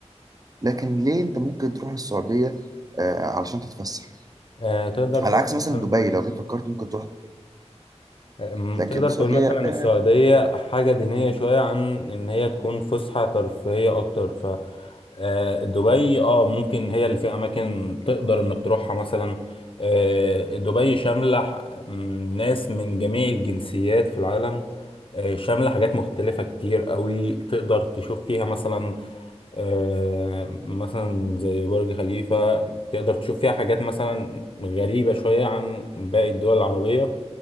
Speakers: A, on the right (about 35°); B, on the left (about 50°).
A: لكن ليه انت ممكن تروح السعوديه آه، علشان تتفسح
B: آه، تقدر
A: على
B: تقول
A: عكس مثلا
B: مثلا
A: دبي لو جيت فكرت ممكن تروح
B: أم،
A: لكن
B: تقدر
A: السعودية
B: تقول مثلا
A: اه
B: السعودية حاجة دينية شوية عن إن هي تكون فسحة ترفيهية أكتر ف آه، دبي اه ممكن هي اللي فيها أماكن تقدر إنك تروحها مثلا آه، دبي شاملة ح- م، ناس من جميع الجنسيات في العالم آه، شاملة حاجات مختلفة كتير قوي تقدر تشوف فيها مثلا آه، مثلا زي برج خليفة تقدر تشوف فيها حاجات مثلا غريبة شوية عن باقي الدول العربية